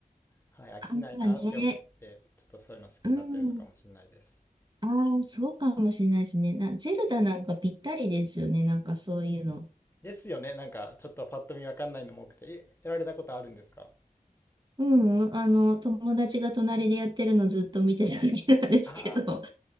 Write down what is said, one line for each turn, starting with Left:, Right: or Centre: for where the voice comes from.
Left: はい、飽きないなって思って、
Right: ああね。
Left: ちょっとそういうの好きになってるのかもしれないです。
Right: うん。ああ、そうかもしれないですね。な、ゼルダなんかぴったりですよね。なんかそういうの。
Left: ですよね。なんか、ちょっとパッと見わかんないのも多くて、え、やられたことあるんですか
Right: ううん、あの、友達が隣でやってるのずっと見てただけなんですけど。
Left: あ
Right: <laughs>